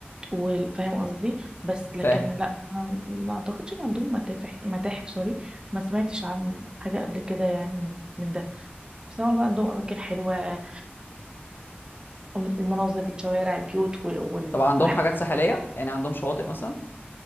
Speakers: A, on the right; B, on the left.
A: وفاهم قصدي بس لكن
B: فاهم
A: لا ما ما اعتقدش ان عندهم متاحف متاحف سوري ما سمعتش عن حاجة قبل كده يعني من ده بس طبعا بقى عندهم اماكن حلوة والمناظر الشوارع البيوت وال... وال...
B: طب عندهم
A: والحاجات
B: حاجات ساحلية يعني عندهم شواطئ مثلا